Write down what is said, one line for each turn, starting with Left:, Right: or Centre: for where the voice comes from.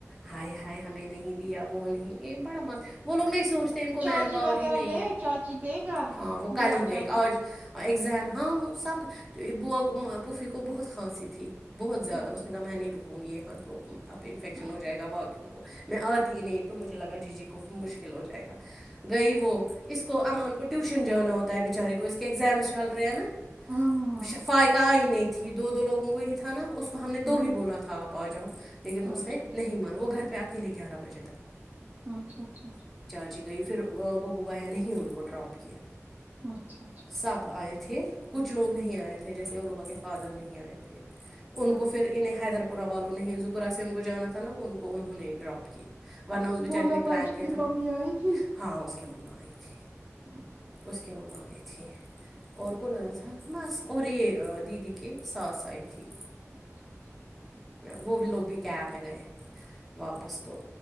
Centre: ہائی ہائے ہمیں نہیں دیا وہ نہیں یہ بڑا مست وہ لوگ نہیں سوچتے ان کو
Right: چاچی
Centre: مین پاور
Right: وغیرہ
Centre: ہی نہیں
Right: گئے
Centre: ہے
Right: چاچی گئے گھر
Centre: ہاں وہ کل
Right: بوا
Centre: ہی گئے
Right: چاچی
Centre: آج ایگزام ہاں وہ سب ب پوفھی کو بہت کھانسی تھی بہت زیادہ
Right: اچھا
Centre: اس نے کاا میں نہیں رکا ہوں گی یہاں تو اب انفیکشن
Right: اچھا
Centre: ہو جائے گا باقیوں کو میں آتی نہیں تو مجھے لگا جی جی کو مشکل ہو جائے گا گئی وہ اس کو امان کو ٹیوشن جانا ہوتا ہے بچارے کو اس کے ایگزامس چل رہے ہیں نا
Right: ہاں ہاں ہاں
Centre: ب شا فائقہ آئی نہیں تھی دو دو لووں کو ہی تھا نا اس کو ہم نے
Right: ہاں
Centre: تو بھی بولا تھا آپ پ جؤ لیکن
Right: ہاں،
Centre: اس
Right: اچھا
Centre: نے نہیں مارا وہ گھر پہ آتا کے لی گیارہ بجے
Right: اچھا اچھا اچھا
Centre: چ گئی پھر وہ ببایا نے ہی ان کو ڈراپ کیا
Right: اچھا اچھا اچھا اچھا
Centre: سب آئے تھے کچھ لوگ نہیں آئے تھے تھے جیسے عروبا کے فادر نہیں آئے تھے ان
Right: اچھا۔
Centre: کو پھر انہیں حیدرباد پا والو نہیں ذکرہ سے ان کو جانا تھا نا انن کو انہوں ہی ڈراپ کیا ورنہ اس بیچاری
Right: بولا
Centre: نے پلان
Right: باجی
Centre: کیا
Right: کی
Centre: تھا میں
Right: ممی آئی تھی
Centre: ہاں اس کی مما آئی تھی
Right: ہاں
Centre: اس کی ممان ا تھی اور
Right: ہاں،
Centre: کون آیا تھا بس اور یہ دیدی کے ساس آئی تھی
Right: اچھا اچھا
Centre: وہ بھی لوگ بھی کیب میں گئے واپس تو